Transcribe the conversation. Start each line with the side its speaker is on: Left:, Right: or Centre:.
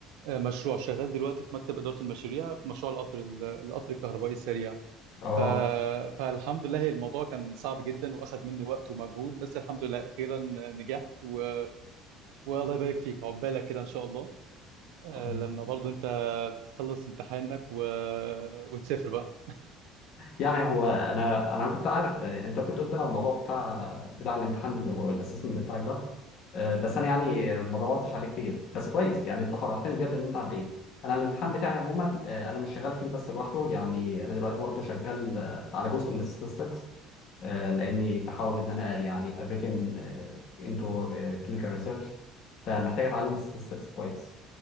Right: آه، مشروع شغال دلوقتي في مكتب إدارة المشاريع في مشروع القطر ال- القطر الكهربائي السريع
Left: اه
Right: ف... فالحمد لله هي الموضوع كان صعب جدا وأخد مني وقت ومجهود بس الحمد لله أخيرا نجحت و... والله يبارك فيك عقبالك كده إن شاء الله آه،
Left: آه.
Right: لما برضو أنت تخلص امتحانك و... وتسافر بقى
Left: يعني هو انا انا كنت عارف انت كنت قلت لي على الموضوع بتاع بتاع الامتحان والاسسمنت بتاعك ده أه، بس انا يعني ما دورتش عليه كتير بس كويس يعني انت فرحتني بجد ان انت عديت انا الامتحان بتاعي عموما أه، انا مش شغال فيه بس لوحده يعني انا دلوقتي برضه شغال أه، على جزء الاستاتستكس آه، لاني بحاول ان انا يعني ابريكن انتو كلينيكال ريسيرش فمحتاج اتعلم الستاتستكس كويس